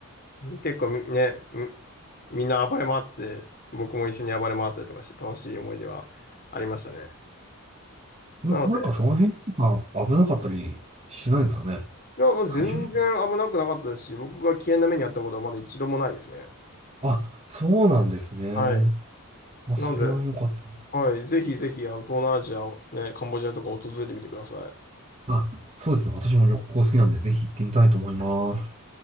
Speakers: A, on the left; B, on the right.
A: 結構ね、みんな暴れ回ってて、僕も一緒に暴れ回ったりとかして楽しい思い出はありましたね。なので、
B: んなんかその辺とか危なかったりしないんですかね。
A: いや、もう全然危なくなかったですし、
B: 大丈夫
A: 僕が危険な目に遭ったことはまだ一度もないですね。
B: あ、そうなんですね。
A: はい。
B: まあ、それは良かった。
A: なので、はい、ぜひぜひ、あの、東南アジア、ね、カンボジアとか訪れてみてください。
B: あ、そうですね。私も旅行好きなんで、ぜひ行ってみたいと思います。